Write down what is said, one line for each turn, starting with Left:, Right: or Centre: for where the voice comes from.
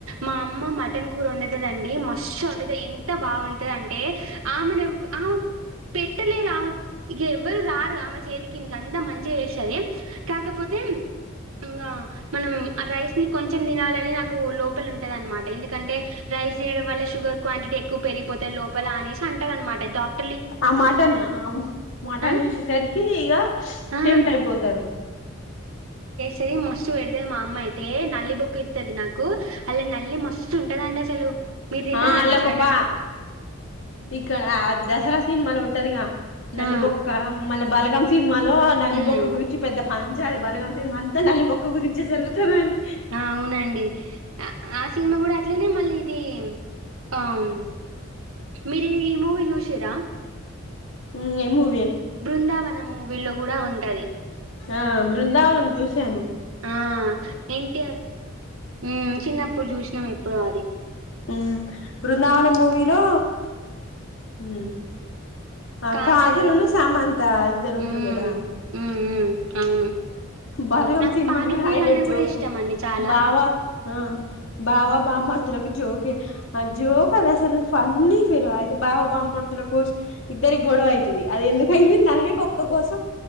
Right: మా అమ్మ మటన్ కూర వండుతదండి మస్తు వండు ఎంత బాగుంటది అంటే ఆమెను ఎవ్వ అ పెట్టలే రా ఇక ఎవ్వరు రారు ఆమె చేతికిందికి అంత మంచిగా చేస్తది కాకపోతే ఇంగ మనం రైస్ ని కొంచెం తినాలని నాకు లోపల ఉంటది అనమాట ఎందుకంటే రైస్ తినడం వల్ల షుగర్ క్వాంటిటీ ఎక్కువ పెరిగిపోతాయి లోపల అనేసి అంటారు అనమాట డాక్
Left: ఆ మటన్ ఆ మటన్
Right: ఆ!
Left: చూసేసరికి ఇక
Right: ఆ!
Left: టెమ్ట్ అయిపోతారు
Right: సేమ్ మస్తు పెడతది మా అమ్మ అయితే నల్లి బొక్క ఏతది నాకు అలా నల్లి మస్తు ఉంటదండి అసలు మీరు దినరాండి
Left: ఆ అల్ల
Right: ఏప్
Left: ఒక పా ఇక్క ఆ దసరా సిన్మాళ ఉంటదిగా నల్లి
Right: ఆ!
Left: బొక్క మళ బలగామ సినిమాలో నల్లి
Right: హ్మ్.
Left: బొక్క గురించి పెద్ద పంచాయ్ బలగాం సిన్మాంత నల్లి బొక్క గురించ జరుగుతదండి
Right: ఆ అవునండి అ ఆ సినిమా కూడా అట్లనే మళ్ళీ ఏం అవును మీరు ఈ మూవీ చూసిరా
Left: ఉహ్మ్ ఎమ్ము
Right: బృందావన మూవీల్లో కూడా ఉంటాది.
Left: ఆ బృందావనం చూశాను.
Right: ఆహ్ ఎం. టి. ఆర్ ఉహ్మ్ చిన్నప్పుడు చూసినాం ఎప్పుడో అది.
Left: ఊ బృందావనం మూవిలో ఊ ఆ
Right: కాజలు
Left: కాజల్ ను సమంతా ఇద్దరూ ఉంట్రూ
Right: మ్మ్
Left: గాదా
Right: మ్మ్ మ్మ్ అవును
Left: బలగం
Right: నాకు
Left: సినిమానే
Right: పానీపూరి
Left: హైలైట్
Right: అన్న
Left: జోకు
Right: కూడా ఇష్టం అండి చాలా
Left: బావా ఆ బావ బామ్మర్దలకు జోకే ఆ జోక్ కదసలు ఫన్నీ ఫీల్యితే బావ బామర్ ర్దులకు ఇద్దరీ గోడవయి తది అది ఎందుకు అయింది. నల్లి బోక్ క్క కోసం